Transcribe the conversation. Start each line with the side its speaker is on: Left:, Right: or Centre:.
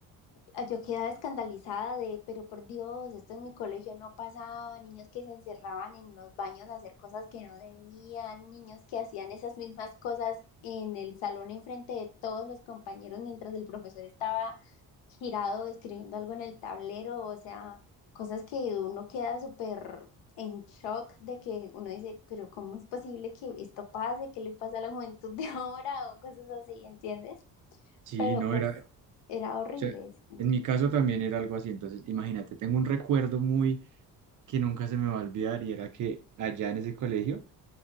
Left: Ah, Yo quedaba escandalizada de, pero por Dios, esto en mi colegio no pasaba, niños que se encerraban en los baños a hacer cosas que no debían, niños que hacían esas mismas cosas en el salón enfrente de todos los compañeros mientras el profesor estaba girado escribiendo algo en el tablero, o sea, cosas que uno queda súper en shock de que uno dice, pero ¿cómo es posible que esto pase? ¿Qué le pasa a la juventud de <laughs> ahora? O cosas así, ¿entiendes?
Right: Sí,
Left: Pero
Right: no
Left: pues
Right: era, o
Left: era horrible.
Right: sea,
Left: sí.
Right: en mi caso también era algo así, entonces imagínate, tengo un recuerdo muy que nunca se me va a olvidar y era que allá en ese colegio,